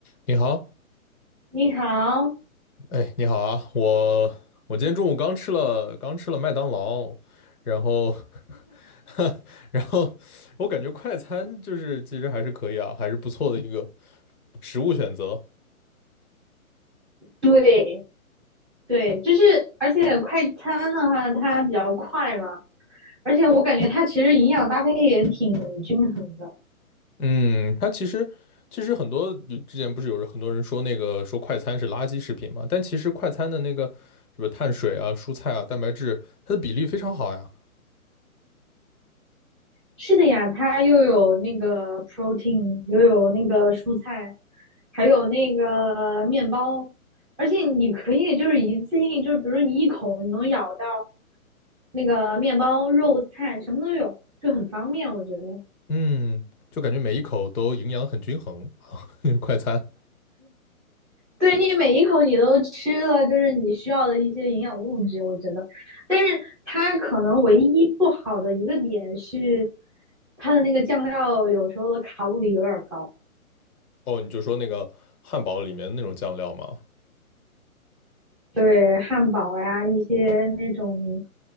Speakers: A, on the left; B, in the centre.
A: 你好，
B: 你好，
A: 哎，你好啊，我我今天中午刚吃了刚吃了麦当劳，然后 <laughs> 然后我感觉快餐就是其实还是可以啊，还是不错的一个食物选择。
B: 对对，就是而且快餐的话，它比较快嘛，而且我感觉它其实营养搭配也挺均衡的。
A: 嗯，它其实其实很多之前不是有人很多人说那个说快餐是垃圾食品嘛，但其实快餐的那个什么碳水啊、蔬菜啊、蛋白质，它的比例非常好呀。
B: 是的呀，它又有那个 protein，又有那个蔬菜，还有那个面包，而且你可以就是一次性，就是比如说你一口你能咬到那个面包、肉菜，什么都有，就很方便，我觉得。
A: 嗯，就感觉每一口都营养很均衡，啊，<laughs> 快餐。
B: 对你每一口你都吃了，就是你需要的一些营养物质，我觉得。但是它可能唯一不好的一个点是，它的那个酱料有时候的卡路里有点高。
A: 哦，你就说那个汉堡里面那种酱料吗？
B: 对，汉堡呀、一些那种